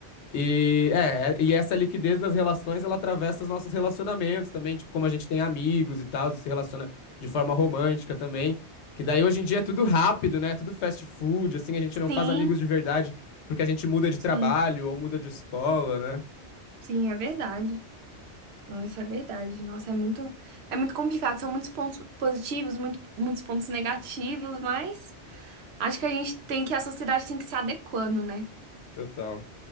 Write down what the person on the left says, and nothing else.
E, é, e essa liquidez das relações, ela atravessa os nossos relacionamentos também, tipo, como a gente tem amigos e tal, e se relaciona de forma romântica também, que daí hoje em dia é tudo rápido, né? Tudo fast food, assim, a gente não
faz amigos de verdade porque a gente muda de
trabalho ou muda de escola, né?
Total.